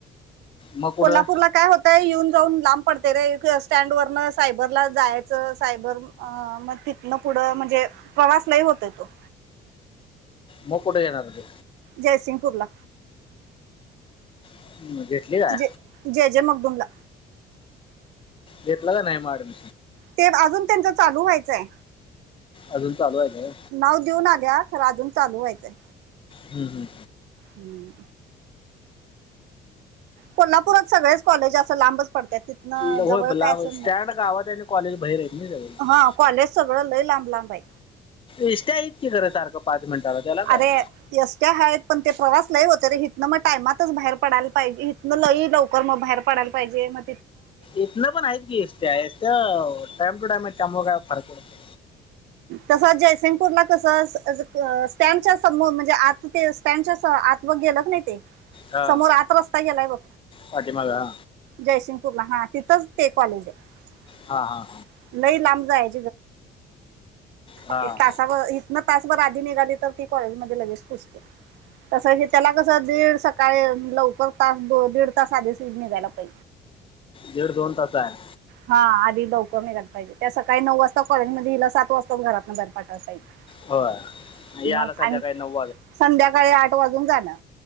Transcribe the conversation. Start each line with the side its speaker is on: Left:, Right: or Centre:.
Left: मग कुठं
Right: कोल्हापूरला काय होतंय येन जाऊन लांब पडते रे स्टँड वर सायबरला जायचं सायबरग तिथन पुढे म्हणजे प्रवासलाय होतय तो
Left: मग कुठे येणार हो ते
Right: जयसिंगपूरला
Left: हम्म, घेतली काय
Right: जे जे जय मकदुमला
Left: जटला तर नाही माडम
Right: ते अजून त्यांच चालू व्हायचंय
Left: अजून चालू आहे
Right: नाव देऊन आल्या्या खरं अजून चालू व्हायचंय
Left: हम्म हम्म
Right: हम् कोल्हापूरात सगळेच कॉलेज असं लांबच पडतात तिथन
Left: का होय
Right: जवळ
Left: बला
Right: काय असेल
Left: स्टँड
Right: नाही
Left: गावात आणि कॉलेज बाहेर आहेत नाही सगळे
Right: हा कॉलेज सगळं लय लांब लांबाई
Left: इ्या इतकीे खरं सारखं पाच मिनिटाला त्याला काय
Right: अरे यसट ह आहेत पण ते प्रवास नाहीई होतं रे हितनं मग टायमातच बाहेर पडायला पाहिजे हिनं लई लवकर मग बाहेर पडायला पाहिजे म
Left: इथन पण आहेत की एट टाइम टू टाइम त्यामुळे काय फरक पडत
Right: तसच जयसिंगपूरला कस स्टँडच्या समोर म्हणजे आता ते स्टँडच्या आत मग गेल नाही ते
Left: हा
Right: समोर आत रस्ता गेलाय बघ
Left: पाठीमागं
Right: जयसिंगपूरला हा तिथंच ते कॉलेज आहे
Left: हा हा हा
Right: लय लांब जाय ण
Left: हा
Right: त इ त निघाली तर ती कॉलेजमध्येध्ये लगेच पुजते तसं हे त्याला कसं दीड सकाळी लवकर तास दीड तास आधी श उजणे जायला का
Left: दीड दोन तास आहे
Right: हा आधी लवक पाहिजे त्या सकाळी नऊ वाजता कॉलेज मध्ये हिला सात वाजता घरातून बाहेर पाठाला पाहिजे
Left: होय यायला
Right: मग
Left: संध्याकाळी
Right: आणि
Left: नऊ
Right: संध्याकाळी आठ वाजून जाणार